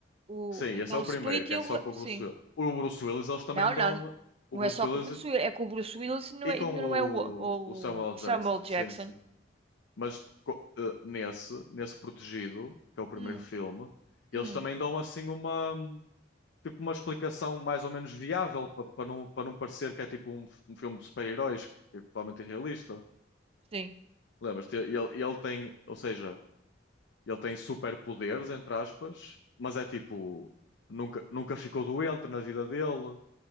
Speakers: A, on the right (about 30°); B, on the left (about 70°).
A: o...
B: Sim,
A: então
B: esse é o
A: o split
B: primeiro, que
A: e
B: é
A: o.
B: só
A: gla-
B: com o
A: Sim.
B: Bruce Willis. O Bruce Willis, eles também
A: Não,
B: dão.
A: não.
B: O
A: Não
B: Bruce
A: é só
B: Willis
A: com o Bruce Willis. É com o Bruce Willis e não
B: e
A: é,
B: com
A: e não é o, ou
B: o, o Samuel L.
A: o
B: Jackson.
A: Samuel Jackson.
B: Sim, sim. Mas co- eh, nesse, nesse Protegido, que é o primeiro
A: Hum,
B: filme, eles
A: hum.
B: também dão assim uma, tipo, uma explicação mais ou menos viável para para não, para não parecer que é tipo um, f- um filme de super-heróis, que é totalmente irrealista.
A: Sim,
B: Lembras-te? Ele, ele tem, ou seja, ele tem superpoderes, entre aspas, mas é tipo, nunca, nunca ficou doente na vida dele.